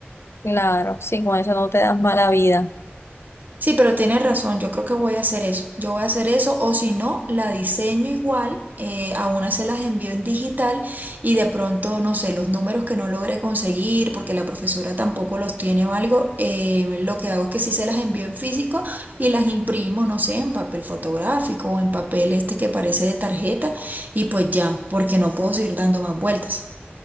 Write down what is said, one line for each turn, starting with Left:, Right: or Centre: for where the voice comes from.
Left: Claro, sí, con eso no te das mala vida.
Right: Sí, pero tienes razón, yo creo que voy a hacer eso. Yo voy a hacer eso o si no, la diseño igual, eh, a una se las envío en digital y de pronto, no sé, los números que no logré conseguir porque la profesora tampoco los tiene o algo, eh, lo que hago es que sí se las envío en físico y las imprimo, no sé, en papel fotográfico o en papel este que parece de tarjeta y pues ya, porque no puedo seguir dando más vueltas.